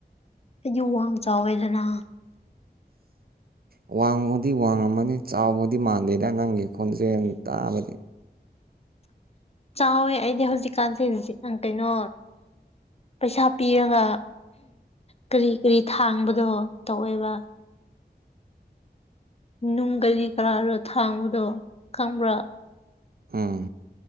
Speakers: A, on the left (about 35°); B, on the right (about 60°).
A: ꯌꯨ ꯋꯥ ꯆꯥꯎꯋꯦꯗꯅ
B: ꯑ ꯋꯥꯡꯃꯨꯗꯤ ꯋꯥꯡꯉꯝꯃꯅꯤ ꯆꯥꯎꯕꯗꯤ ꯃꯥꯟꯗꯦꯗ ꯅꯪꯒꯤ ꯈꯣꯟꯖꯦꯜ ꯇꯥꯕꯗꯤ
A: ꯆꯥꯎꯋꯦ ꯑꯩꯗꯤ ꯍꯧꯖꯤꯛꯀꯥꯟꯁꯦ ꯀꯩꯅꯣ ꯄꯩꯁꯥ ꯄꯤꯔꯒ ꯀꯔꯤ ꯀꯔꯤ ꯊꯥꯡꯕꯗꯣ ꯇꯧꯋꯦꯕ ꯅꯨꯡ ꯀꯔꯤ ꯀꯔꯥꯗꯣ ꯊꯥꯡꯕꯗꯣ ꯈꯪꯕ꯭ꯔꯥ
B: ꯑꯥ